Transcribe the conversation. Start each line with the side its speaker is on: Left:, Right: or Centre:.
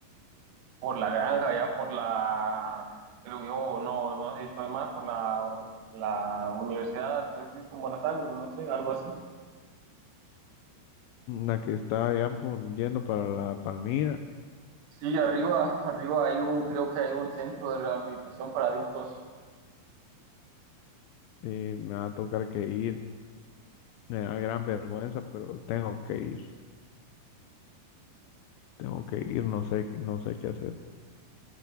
Right: por la granja, ya por la, creo yo, no, no sé si estoy mal, por la, la Universidad Francisco Morazán, o no sé, algo así.
Left: La que está ya por yendo para la Palmira,
Right: Sí, arriba, arriba hay un, creo que hay un centro de rehabilitación para adictos.
Left: eh, me va a tocar que ir, me da gran vergüenza, pero tengo que ir, tengo que ir, no sé, qué- no sé qué hacer.